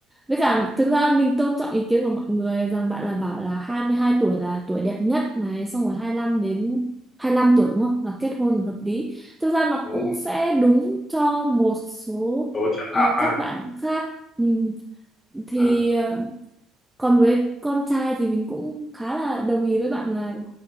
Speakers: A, in the centre; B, on the left.
A: với cả thực ra mình tôn trọng ý kiến của mọi người rằng bạn là bảo là 22 tuổi là tuổi đẹp nhất này xong rồi 25 đến 25 tuổi đúng không là kết hôn là hợp lý. Thực ra nó
B: đúng
A: cũng
B: rồi.
A: sẽ đúng cho một số
B: số trường
A: ờ,
B: hợp ha
A: các bạn khác. Ừm, thì
B: à,
A: ờ, còn với con trai thì mình cũng khá là đồng ý với bạn là